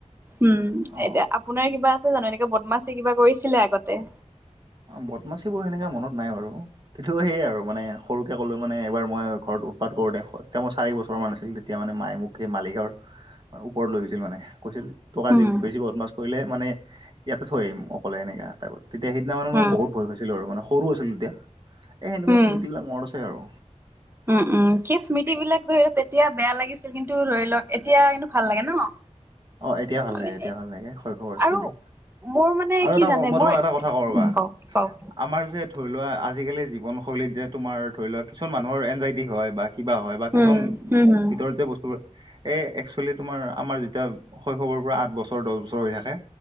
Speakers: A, on the right; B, on the right.
A: উম
B: অ'।
A: এতিয়া আপোনাৰ কিবা আছে জানো? এনেকে বদমাচী কিবা কৰিছিলে আগতে?
B: বদমাচিবোৰ সেনেকৈ মনত নাই বাৰু। কিন্তু সয়ে আৰু মানে সৰুকে ক'লো মানে এবাৰ মই ঘৰত উৎপাত কৰোতে তেতিয়া মই চাৰি বছৰ মান আছিল তেতিয়া মানে মায়ে মোক সেই মালিকগাঁৱৰ ওপৰত লৈ গৈছিল মানে। কৈছিল তোক
A: উম
B: বেছি বদমাছ কৰিলে মানে ইয়াতে থৈ আহিম অকলে এনেকা টাইপৰ তেতিয়া সি মানে মই
A: উম,
B: বহুত ভয় খাইছিলো আৰু মানে সৰু আছিলো তেতিয়া। এই সেনেকুৱা
A: উম,
B: স্মৃতিবিলাক মৰত আছে আৰু।
A: উম উম সেই স্মৃতি বিলাক ধৰি লওক তেতিয়া বেয়া লাগিছিল, কিন্তু ধৰি লওক এতিয়া কিন্তু ভাল লাগে ন?
B: অ এতিয়া ভাল
A: মানে
B: লাগে, এতিয়া ভাল লাগে, শৈশৱৰ স্মৃতি।
A: আৰু মোৰ মানে
B: আৰু
A: কি
B: এটা
A: জানে
B: মই
A: মোৰ
B: তোমাক এটা কথা ক ৰবা
A: উম, কওক কওক
B: আমাৰ যে ধৰি লোৱা আজিকালি জীৱনশৈলীত যে তোমাৰ ধৰি লোৱা কিছুমান মানুহৰ এনজাইটি হয় বা কিবা হয় বা
A: উম,
B: কিছুমান
A: হম, হম,
B: ভিতৰত যে বস্তুবোৰ এ একচুৱেলি তোমাৰ আমাৰ যেতিয়া শৈশৱৰ পৰা আঠ বছৰ দহ বছৰ হৈ থাকে,